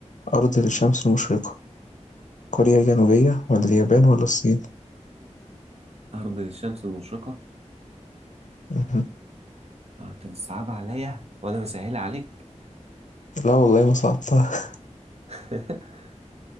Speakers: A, on the left; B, on the right.
A: أرض الشمس المشرقة، كوريا الجنوبية والّا اليابان والّا الصين؟
B: أرض الشمس المشرقة
A: اهم،
B: آه، انت بتصعب عليا وانا بسهل عليك
A: لا والله ما صعبتها
B: <laughs>